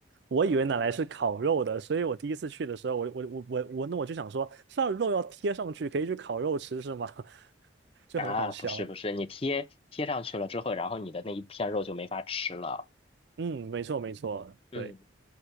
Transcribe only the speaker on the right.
我以为拿来是烤肉的，所以我第一次去的时候，我我我我我那我就想说，上肉要贴上去，可以去烤肉吃是吗？<laughs> 就很好笑。
嗯，没错没错，
对。